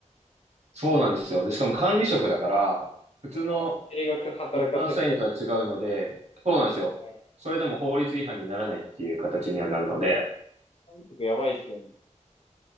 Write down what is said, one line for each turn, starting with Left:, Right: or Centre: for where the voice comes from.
Right: そうなんですよ。で、しかも管理職だから、普通の
Left: 定額働かせ放題。
Right: 一般社員とは違うので、そうなんですよ。
Left: はい。
Right: それでも法律違反にならないっていう形にはなるので、
Left: 韓国やばいっすよね。